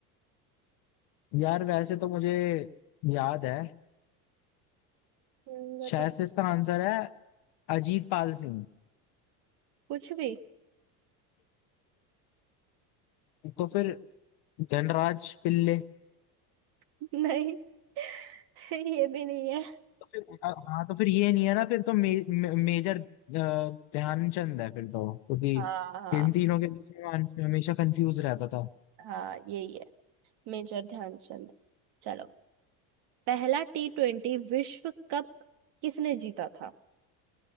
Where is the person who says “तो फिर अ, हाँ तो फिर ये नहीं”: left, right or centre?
Left